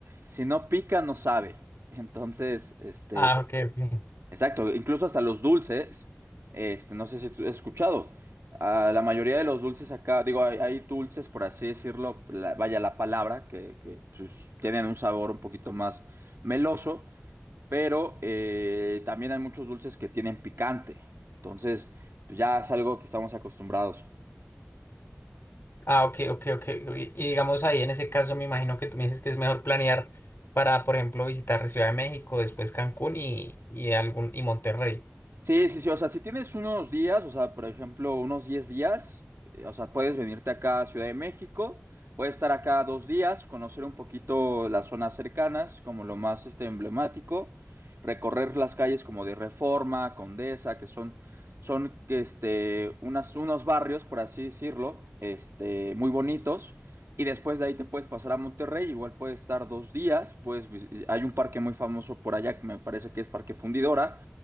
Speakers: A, on the right (about 70°); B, on the left (about 65°).
A: si no pica, no sabe. Entonces, este,
B: Ah, ok, ok.
A: Exacto, incluso hasta los dulces, este, no sé si tú has escuchado, ah, la mayoría de los dulces acá, digo, hay, hay dulces, por así decirlo, la- vaya la palabra, que, que, pues, tienen un sabor un poquito más meloso, pero eh, también hay muchos dulces que tienen picante, entonces pues, ya es algo que estamos acostumbrados.
B: Ah, ok, ok, ok. Y, y digamos ahí en ese caso me imagino que tú me dices que es mejor planear para, por ejemplo, visitar Ciudad de México, después Cancún y, y algún y Monterrey.
A: Sí, sí, sí, o sea, si tienes unos días, o sea, por ejemplo, unos 10 días, eh, o sea, puedes venirte acá a Ciudad de México, puedes estar acá dos días, conocer un poquito las zonas cercanas, como lo más este, emblemático, recorrer las calles como de Reforma, Condesa, que son, son este, unas, unos barrios, por así decirlo, este, muy bonitos, y después de ahí te puedes pasar a Monterrey, igual puedes estar dos días, pues hay un parque muy famoso por allá que me parece que es Parque Fundidora